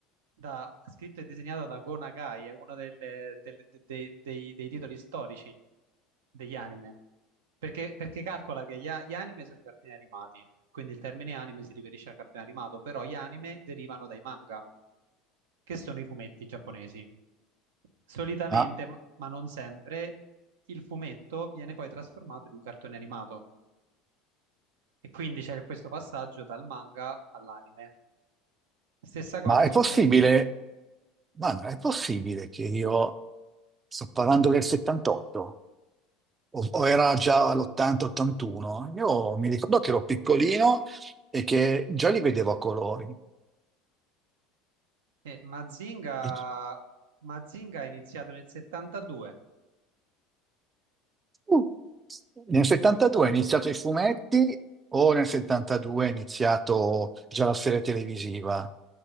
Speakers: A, on the right (about 80°); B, on the right (about 25°).
A: da- scritto e disegnato da Go Nagai, è uno delle- delle- de- dei, dei- dei titoli storici degli anime. Perché, perché calcola che gli, a- gli anime sono i cartoni animati, quindi il termine anime si riferisce al cartone animato, però gli anime derivano dai manga, che sono i fumetti giapponesi. Solitamente,
B: Ma,
A: ma ma non sempre, il fumetto viene poi trasformato in un cartone animato e quindi c'è questo passaggio dal manga all'anime. Stessa cosa
B: ma
A: è
B: è
A: successa.
B: possibile? Ma non è possibile che io sto parlando del 78? o, o era già l'80-81, io mi ricordo che ero piccolino e che già li vedevo a colori.
A: Mazinga...
B: E-
A: Mazinga è iniziato nel 72.
B: Mm. Nel 72 è iniziato i fumetti o nel 72 è iniziato già la serie televisiva